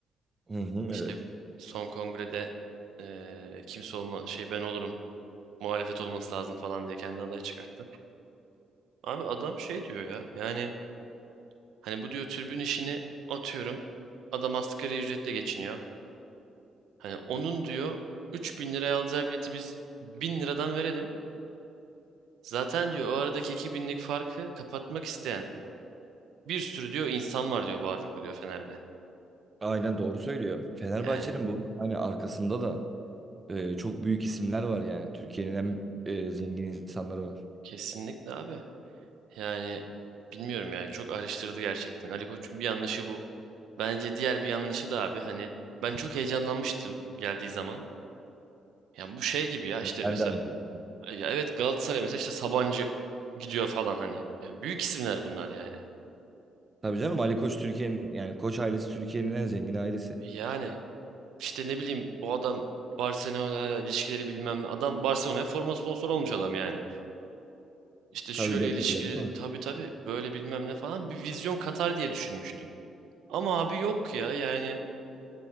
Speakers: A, on the right; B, on the right.
A: Hı hı,
B: İşte
A: evet.
B: son kongrede eee kimse olma şey ben olurum. Muhalefet olması lazım falan diye kendi aday çıkarttı. Abi adam şey diyor ya. Yani hani bu diyor tribün işini atıyorum. Adam asgari ücretle geçiniyor. Hani onun diyor 3000 liraya alacağı bileti biz 1000 liradan verelim. Zaten diyor o aradaki iki binlik farkı kapatmak isteyen bir sürü diyor insan var diyor varlıklı diyor Fener'de.
A: Aynen doğru söylüyor. Fenerbahçe'nin
B: Yani
A: bu arada hani arkasında da e, çok büyük isimler var yani. Türkiye'nin en e, zengin insanları var.
B: Kesinlikle abi. Yani bilmiyorum ya çok araştırdı gerçekten. Ali Koç'un bir yanlışı bu. Bence diğer bir yanlışı da abi hani ben çok heyecanlanmıştım geldiği zaman. Yani bu şey gibi ya işte
A: Ben
B: mesela
A: de aynı şekilde.
B: ya evet Galatasaray mesela işte Sabancı gidiyor falan hani. Yani büyük isimler bunlar yani.
A: Tabii canım Ali Koç Türkiye'nin yani Koç ailesi Türkiye'nin en zengin ailesi.
B: Yani işte ne bileyim bu adam Barcelona'yla ilişkileri bilmem ne. Adam Barcelona'ya forma sponsoru olmuş adam yani. İşte şöyle
A: Tabii Beko
B: ilişkileri
A: öyle değil mi?
B: tabii tabii böyle bilmem ne falan bir vizyon katar diye düşünmüştüm. Ama abi yok ya yani